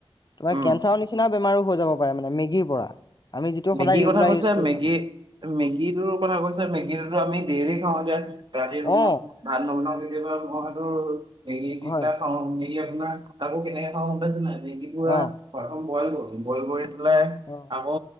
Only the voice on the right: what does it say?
উম।
মেগীৰ
কথা কৈছে
মেগী
টো মেগীটোৰ কথা কৈছা, মেগীটো আমি দেইলি খাওঁ এইগিতা ৰাতি ৰুমত
ভাত নবনাও কেতিয়াবা মইতো মেগি দি
পেলাই খাও, মেগি আপোনাৰ তাকো কেনেকে খাওঁ গম পাইছে নাই? মেগী পুৰা
<unintelligible> বইল কৰো, বইল কৰি পেলাই
আকৌ